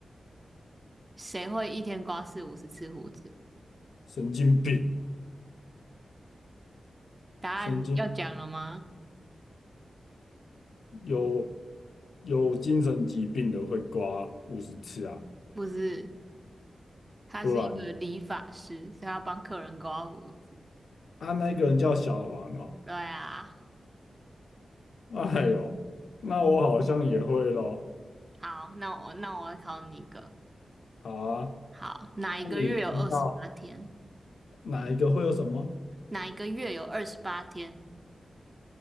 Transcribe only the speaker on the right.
谁会一天刮四五十次胡子？
答案要讲了吗？
不是，他是一个理发师，
所以他要帮客人刮胡子。
对啊，
好，那我那我来考你一个。
好，哪一个月有二十八天？
哪一个月有二十八天？